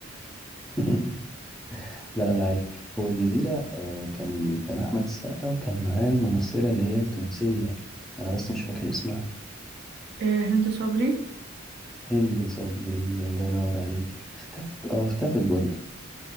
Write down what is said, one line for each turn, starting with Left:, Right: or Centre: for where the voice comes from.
Centre: <laughs> لا لا لا عادي هو الجزيرة آه كان كان أحمد السقا وكان معاه الممثلة اللي هي التونسية أنا بس مش فاكر اسمها
Right: <laughs> آه، هند صبري
Centre: هند صبري الله ينور عليك اختفت اه اختفت برضه